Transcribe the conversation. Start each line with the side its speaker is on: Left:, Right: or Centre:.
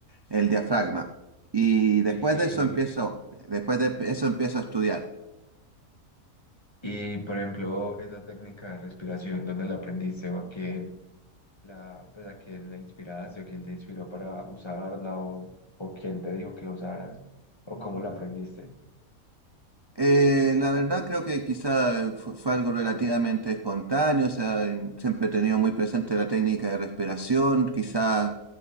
Right: el diafragma. Y después
Left: Y,
Right: de eso empiezo, después de eso empiezo a estudiar.
Left: y por ejemplo, esa técnica de respiración, ¿dónde la aprendiste o a quién? la, pues a quién la inspiraste o quién te inspiró para usarla o, o quién te dijo que la usaras o cómo la aprendiste.
Right: Eh, la verdad creo que quizá fu- fue, algo relativamente espontáneo, o sea, em, siempre he tenido muy presente la técnica de respiración, quizá